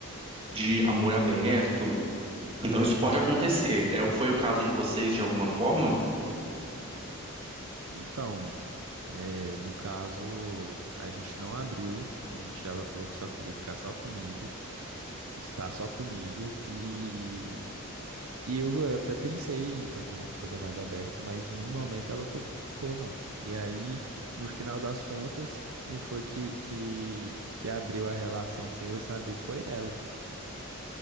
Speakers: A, on the right; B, on the right.
A: de amor aberto. Então isso pode acontecer. É, foi o caso de vocês de alguma forma?
B: Então, é, no caso, a gente não abriu, a gente, ela falou que só queria ficar só comigo, estar só comigo, e, e eu, eu até pensei em fazer uma coisa mais aberta, mas em nenhum momento ela topou, não. E aí, no final das contas, quem foi que, que, que abriu a relação sem eu saber foi ela.